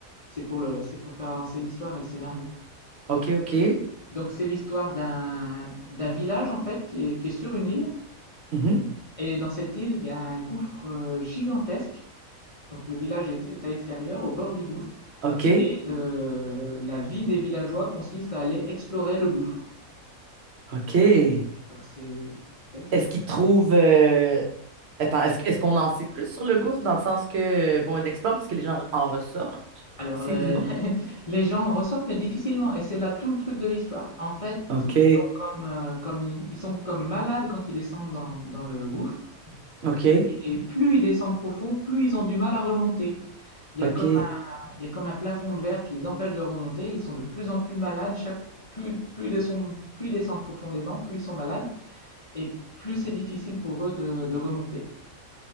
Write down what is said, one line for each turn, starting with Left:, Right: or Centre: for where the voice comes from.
Left: c'est pour le, c'est pour faire avancer l'histoire et le scénario.
Right: ok, ok.
Left: Donc, c'est l'histoire d'un, d'un village, en fait, qui est, qui est sur une île
Right: Mhm.
Left: et dans cette île, il y a un gouffre euh, gigantesque. Donc le village est, est à l'extérieur, au bord du gouffre.
Right: Ok,
Left: Et euh, la vie des villageois consiste à aller explorer le gouffre.
Right: ok. Et
Left: Donc c'est... c'est-
Right: est-ce qu'il trouve... euh, Attends, est-ce, est-ce qu'on en sait plus sur le gouffre dans le sens que, bon, il l'explore parce que les gens en ressortent,
Left: Alors
Right: s'ils
Left: les,
Right: y vont?
Left: <laughs> les gens en ressortent, mais difficilement. Et c'est là tout le truc de l'histoire. En fait,
Right: Ok,
Left: ils sont comme, euh, comme, ils sont comme malades quand ils descendent dans, dans le gouffre.
Right: ok,
Left: Et plus ils descendent profond, plus ils ont du mal à remonter. Il y
Right: ok,
Left: a comme Il y a comme un plafond de verre qui les empêche de remonter. Ils sont de plus en plus malades. Chaque, plus, plus, ils descendent, plus ils descendent profondément, plus ils sont malades. Et plus c'est difficile pour eux de, de remonter.